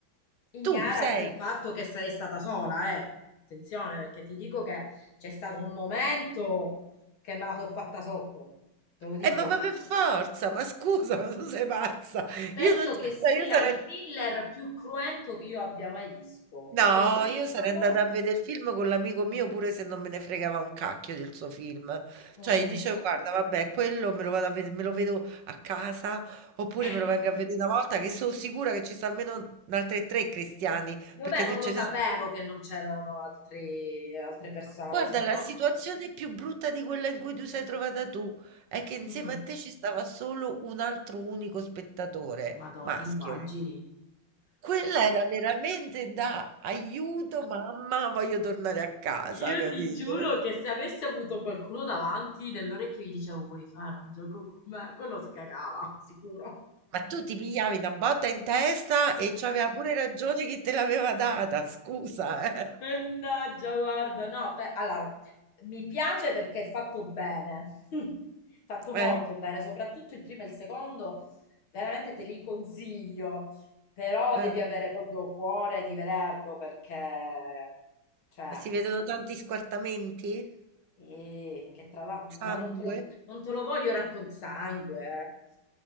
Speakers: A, on the left; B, on the right.
A: ignara
B: Tu sei.
A: del fatto che sarei stata sola, eh. Attenzione, perché ti dico che c'è stato un momento che me la sono fatta sotto, te lo dico.
B: Eh, ma, ma per forza, ma scusa, ma tu sei pazza.
A: Penso
B: Io non... cioè,
A: che sia
B: io sarei.
A: il thriller più cruento che io abbia mai visto.
B: No,
A: Bellissimo.
B: io sarei andata a vedere il film con l'amico mio pure se non me ne fregava un cacchio del suo film.
A: Mm.
B: Cioè, gli dicevo, guarda, vabbè, quello me lo vado a ved- me lo vedo a casa, oppure
A: <laughs>
B: me lo vengo a vedere una volta che sono sicura che ci sono almeno altre tre cristiani,
A: Vabbè,
B: perché
A: non
B: se ce
A: lo sapevo
B: ne sono...
A: che non c'erano altri- altre persone,
B: Guarda,
A: se
B: la
A: no.
B: situazione più brutta di quella in cui tu sei trovata tu è che insieme
A: Mm.
B: a te ci stava solo un altro unico spettatore,
A: Madò,
B: maschio.
A: ti immagini?
B: Quella era veramente da aiuto, mamma, voglio tornare a casa,
A: Io
B: capito?
A: ti giuro che se avessi avuto qualcuno davanti, nell'orecchio gli dicevo, vuoi fare un gioco con me? Quello si cagava, sicuro.
B: Ma tu ti pigliavi una botta in testa e c'aveva pure ragione chi te l'aveva data, scusa, eh.
A: Mannaggia, guarda, no, per- allora, mi piace perché è fatto bene, <laughs> fatto
B: Eh.
A: molto bene, soprattutto il primo e il secondo, veramente te li consiglio, però
B: Eh.
A: devi avere proprio cuore di vederlo perché, cioè...
B: Ma si vedono tanti squartamenti?
A: E che tra l'altro,
B: Sangue?
A: ma non te lo, non te lo voglio raccontare sangue. eh.